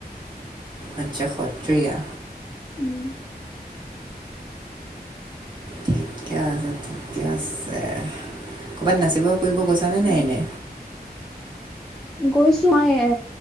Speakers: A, on the right; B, in the centre.
A: আচ্ছা সত্ৰীয়া।
B: উম,
A: ঠিকে আছে, ঠিকে আছে ক'ৰৰবাত নাচিব কৰিব গৈছ নে নাই
B: উম
A: এনে।
B: গৈছো মই হ